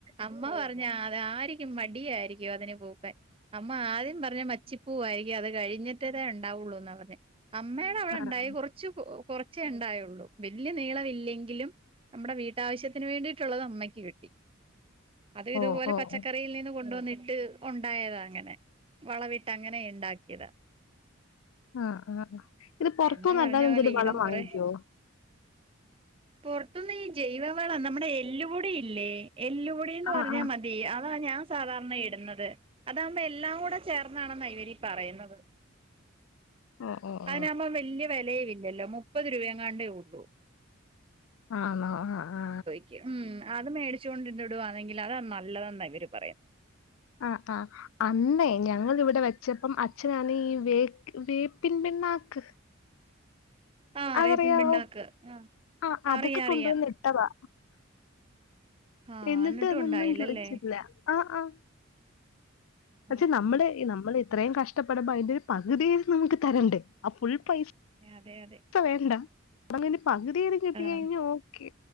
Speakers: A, on the right; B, on the left.
A: അമ്മ പറഞ്ഞ് അത് ആരിക്കും മടിയായിരിക്കും അതിന് പൂക്ക അമ്മ ആദ്യ പറഞ്ഞ് മച്ചിപ്പൂവായിരിക്കും അത് കഴിഞ്ഞിട്ട്തേ ഉണ്ടാവുള്ളൂന്നാ പറഞ്ഞേ അമ്മയുടെ അവിടെ
B: ആഹ്
A: ഉണ്ടായി കൊറ ച്ചു പൂ കുറച്ചേ ഉണ്ടായുള്ളൂ വലിയ നീള ഇൽ ല്ലെങ്കിലും നമ്മുടെ വീട്ടാവശ്യത്തിന് വേണ്ടിയിട്ടുള്ളത് അമ്മയ്ക്ക് കിട്ടി അത് ഇതുപോലെ
B: ഓഹ് ഓഹ്
A: പച്ചക്കറിയിൽ
B: ഓഹ്
A: നിന്ന് കൊണ്ടുവന്നിട്ട് ഉണ്ടായതാ അങ്ങനെ വളവിട്ട്ങ്ങനെ ഉണ്ടാക്കിയതാ
B: ആഹ് ആ ഇത് പൊറത്തുന്നുല്ലാതെ
A: എന്നെ പറഞ്ഞ
B: എന്തേലും
A: പോലെ
B: വളം
A: ഇതും
B: വാങ്ങിക്കുവോ
A: കുറെ പുറത്തുന്ന് ഈ ജൈവവളം നമ്മുടെ എല്ലുപൊടിയില്ലേ എല്ലുപൊടി എന്ന്
B: ആഹ്
A: പറഞ്ഞാൽ
B: ആഹ്
A: മ വീ അതാ ഞാൻ സാധാരണ ഇടുന്നത് അതാകുമ്പോ എല്ലാം കൂടെ ചേർന്നാണെന്നാ ഇവരീ പറയുന്നത്.
B: ഓ ഓ ഓ
A: അതിനാവുമ്പോ വല്ല്യ വിലയുവില്ലല്ലോ മുപ്പത് രൂപെങ്ങാണ്ടേള്ളൂ
B: അ ഹാ ഹാ ഹാ
A: ക്കും ഉം അത് മേടിച്ചോണ്ടിടുവാന്നെങ്കിൽ അതാ നല്ലതെന്നാണ് ഇവര് പറയുന്നത്
B: അ ആഹ് അന്നേ ഞങ്ങിളിവിടെ വെച്ചപ്പം അച്ഛനാണ് ഈ വേ വേപ്പിൻ പിണ്ണാക്ക്
A: ആഹ്
B: അതറിയാവോ
A: വേപ്പിൻ പിണ്ണാക്ക് ആഹ്
B: അഹ് അതൊക്കെ
A: അറിയാം അറിയാം
B: കൊണ്ടുവന്ന് ഇട്ടതാ
A: ആഹ്
B: എന്നിട്ട്തൊന്നും
A: എന്നിട്ടും ഉണ്ടായില്ലല്ലേ
B: കിളിച്ചില്ല ആ ആഹ് പക്ഷെ
A: ആഹ്
B: നമ്മടെ ഇ നമ്മള് ഇത്രയും കഷ്ടപ്പെടുമ്പോ അതിന്റെ ഒരു പകുതി നമുക്ക് തരണ്ടേ ആ ഫുൾ പൈസ
A: അതെ അതെ
B: ത്തം വേണ്ട അതിൻ്റെ പകുതിയെലും കിട്ടികഴിഞ്ഞൽ
A: ആഹ്
B: ഓക്കെ